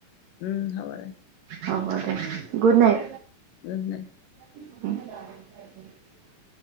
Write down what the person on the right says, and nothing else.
হ'ব দে গুড নাইট।
<inaudible>